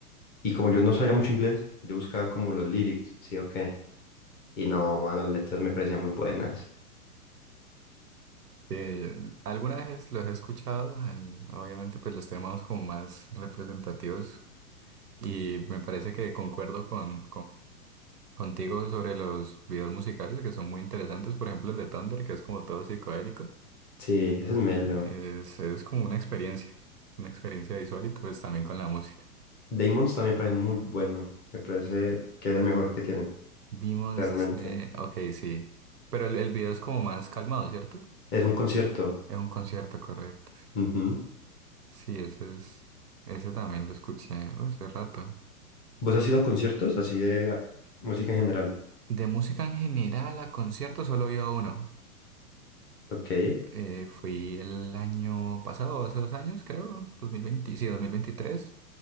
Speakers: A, on the left; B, on the right.
A: Y como yo no sabía mucho inglés, yo buscaba como los lyrics, sí, ok. Y no, mano, las letras me parecían muy buenas.
B: Eh, algunas veces los he escuchado, al- obviamente pues los temas como más representativos y me parece que concuerdo con contigo sobre los videos musicales que son muy interesantes. Por ejemplo, el de Thunder, que es como todo psicodélico.
A: Sí, ese es Melo.
B: Eh, Es, es como una experiencia, una experiencia visual y pues también con la música.
A: Damon's también parece muy bueno. Me parece que es el mejor que tienen,
B: Dimos
A: realmente.
B: este... Ok, sí. Pero el, el video es como más calmado, ¿cierto?
A: Es un concierto.
B: Es un concierto, correcto. Sí,
A: Ujú.
B: Sí, ese es... Ese también lo escuché uh, hace rato.
A: ¿Vos has ido a conciertos así de ah, música en general?
B: De música en general a concierto solo he ido a uno.
A: Ok.
B: Eh, fui el año pasado, hace dos años, creo. 2020, sí, 2023.